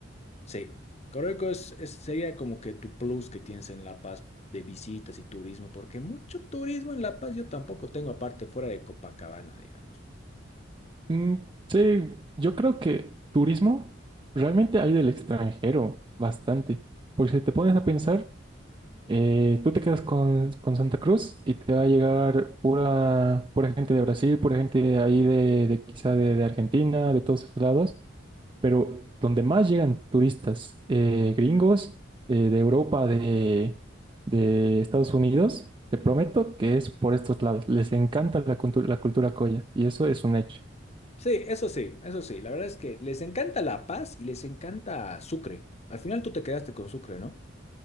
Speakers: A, on the left; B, on the right.
A: sí, Coroico es, es- sería como que tu plus que tienes en La Paz de visitas y turismo, porque mucho turismo en La Paz yo tampoco tengo aparte fuera de Copacabana, digamos.
B: Mm, sí, yo creo que turismo realmente hay del extranjero bastante. Porque si te pones a pensar, Eh, tú te quedas con, con Santa Cruz y te va a llegar pura, pura gente de Brasil, pura gente de ahí de, de quizá de, de Argentina, de todos esos lados, pero donde más llegan turistas eh, gringos eh, de Europa, de, de Estados Unidos, te prometo que es por estos lados. Les encanta la, cultu- la cultura coya y eso es un hecho.
A: Sí, eso sí, eso sí, la verdad es que les encanta La Paz y les encanta Sucre. Al final tú te quedaste con Sucre, ¿no?